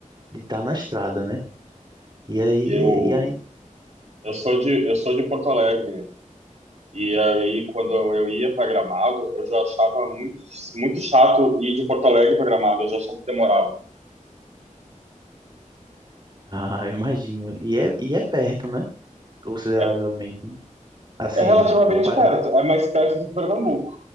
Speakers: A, on the right; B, on the right.
A: de estar na estrada, né? E aí,
B: Eu,
A: e aí
B: eu sou de, eu sou de Porto Alegre. E aí, quando eu ia para Gramado, eu já achava muito, muito chato ir de Porto Alegre para Gramado, eu já achava que demorava.
A: Ah, eu imagino. E é, e é perto, né? Consideravelmente.
B: É
A: Assim,
B: É relativamente
A: comparando.
B: perto, é mais perto do Pernambuco.